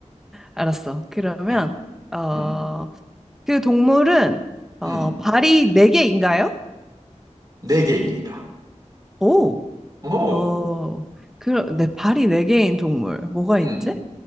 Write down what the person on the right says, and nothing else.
음,
음,
음.
네 개입니다.
오,
음.